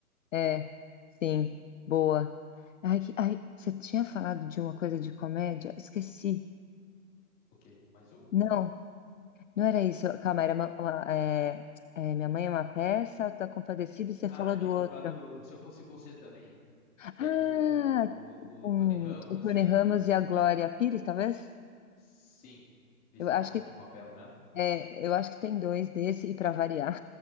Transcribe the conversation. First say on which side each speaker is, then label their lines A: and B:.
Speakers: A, on the left; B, on the left.
A: É, sim, boa. Ai, que- ai, você tinha falado de uma coisa de comédia? Esqueci.
B: O quê? Mais um?
A: Não, não era isso. Calma, era uma, uma, é, é, Minha Mãe é uma Peça, Tá Compadecida, e você
B: Ah,
A: falou
B: eu tinha
A: do outro.
B: colocado Se Eu Fosse Você também,
A: Ah,
B: que é com o,
A: com
B: o- o Tony Ramos
A: o Tony
B: e...
A: Ramos e a Glória Pires, talvez?
B: Sim, eles
A: Eu
B: trocam
A: acho que
B: de papel, né?
A: é, eu acho que tem dois desse e para variar,